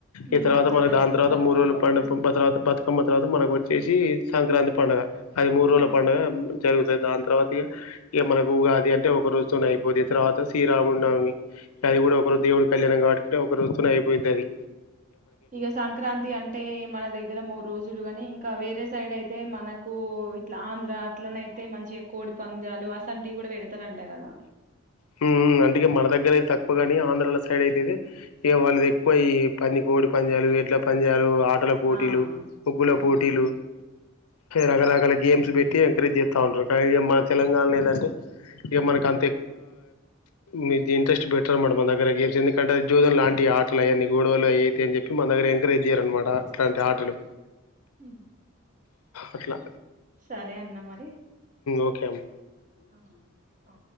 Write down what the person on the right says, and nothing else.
ఉమ్,
అదే
అదే
బతుకమ్మ
ఉమ్
ఉమ్,
ఉమ్.
ఇక సంక్రాంతి అంటే మన దగ్గర మూడు రోజులు ని ఇంకా వేరే సైడ్ అయితే మనకు ఇట్లా ఆంధ్ర అట్లనయితే మంచిగా కోడి పందాలు అసంటివి కూడా పెడతారంటా కదా
ఆ
అవును
ఉమ్
హ
సరే అన్న మరి
ఆ ఆ